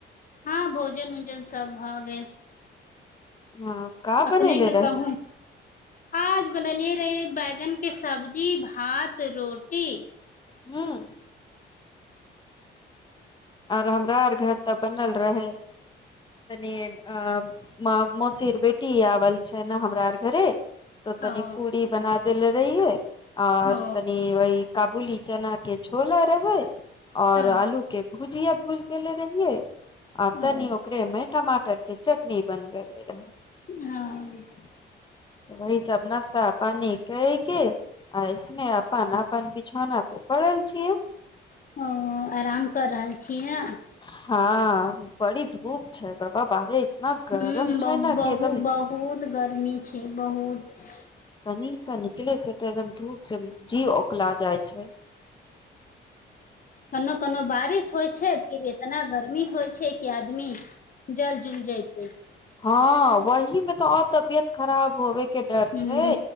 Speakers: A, on the left; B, on the left.
A: हँ भोजन उजन सब भऽ गेल
B: हँ का बनैले
A: अपने के
B: रहलू
A: कहू आज बनलिये रहे बैगन के सब्जी भात रोटी
B: हँ आर हमरा आर घर तऽ बनल रहे तनी अ मौसीर बेटी आवल छै ने हमरा आर घरे तो तनि
A: ओ
B: पूरी बना देले रहियै आओर
A: ओ
B: तनी वह काबूली चानके के छोला रहै और
A: ओ
B: आलू के जी अब बुझ देले रहिये अर तनि
A: ओ
B: ओकरे मे टमाटर मटर के चटनी बन गेल रहे
A: हँ
B: तऽ वहि सब नाश्ता पानी क क अऐस ने अपान अपान बीछोने पड़ेल छियै
A: ओ आराम कर रहल छीय ने
B: हँ बड़ी धूप छै बाबा बाहरे इतना गरम
A: ह
B: छै
A: ब
B: ने
A: बहुत
B: कि एकदम
A: बहुत गर्मी छै बहुत
B: ीसँ निकले छै तऽ एकदम धूप से जी ओकला जाइ छै
A: कोनो कोनो बारिश होइ छै फिर एतना गर्मी होइ छै कि आदमी जल जुल जते
B: हँ वही मे तऽ आओर तबियत खराब होबे के डर
A: ह
B: छै